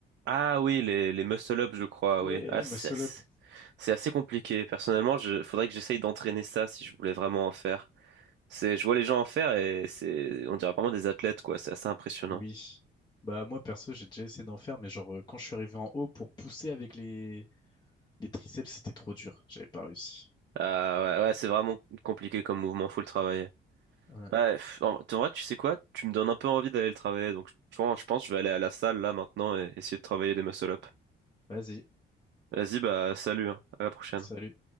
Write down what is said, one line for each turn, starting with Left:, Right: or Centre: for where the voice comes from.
Right: Ah oui, les, les muscle-up, je crois,
Left: Ouais,
Right: oui. Ah, c'est
Left: muscle up.
Right: c'est assez compliqué. Personnellement, je, faudrait que j'essaye d'entraîner ça si je voulais vraiment en faire. C'est, je vois les gens en faire et c'est, on dirait vraiment des athlètes, quoi. C'est assez impressionnant.
Left: Oui. Bah, moi, perso, j'ai déjà essayé d'en faire, mais genre, euh, quand je suis arrivé en haut pour pousser avec les, Les triceps, c'était trop dur. J'avais pas réussi.
Right: Ah ouais, ouais, c'est vraiment compliqué comme mouvement, faut le travailler.
Left: Ouais.
Right: Bah, pff, en en vrai, tu sais quoi? Tu me donnes un peu envie d'aller le travailler, donc je pense, je pense que je vais aller à la salle là maintenant et essayer de travailler des muscle-up.
Left: Vas-y,
Right: Vas-y, bah salut, hein. À la prochaine.
Left: salut.